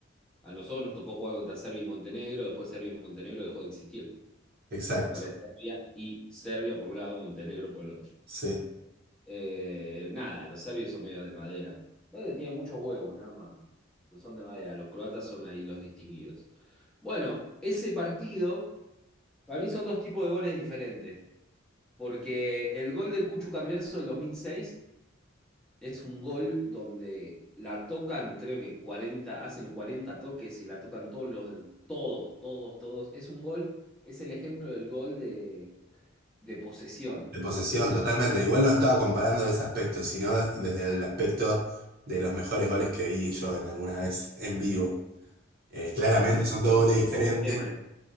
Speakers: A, in the centre; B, on the right.
A: A nosotros nos tocó jugar contra Serbia y Montenegro. Después Serbia y Montenegro dejó de existir.
B: Exacto.
A: Ahora es Serbia y Serbia por un lado, Montenegro por el otro.
B: Sí.
A: Eh, nada, los serbios son medios de madera. No te tienen muchos huevos, nada más. No son de madera. Los croatas son ahí los distinguidos. Bueno, ese partido, para mí son dos tipos de goles diferentes. Porque el gol del Cucho Cambiaso del 2006 Es un gol donde la tocan, creo que 40 hacen 40 toques y la tocan todos los, todos, todos, todos. Es un gol, es el ejemplo del gol de, de posesión,
B: De posesión,
A: de posesión.
B: totalmente. Igual no estaba comparando ese aspecto, sino desde el aspecto de los mejores goles que vi yo en alguna vez en vivo. Eh,
A: <laughs>
B: claramente
A: uy,
B: son dos goles diferentes.
A: qué buen tema, eh.